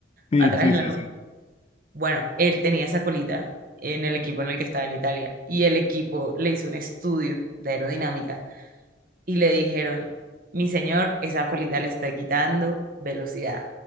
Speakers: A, on the left (about 30°); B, on the right (about 50°).
A: Sí,
B: atrás
A: sí,
B: en
A: sí,
B: la
A: sí.
B: bueno, él tenía esa colita en el equipo en el que estaba en Italia y el equipo le hizo un estudio de aerodinámica y le dijeron, mi señor, esa colita le está quitando velocidad.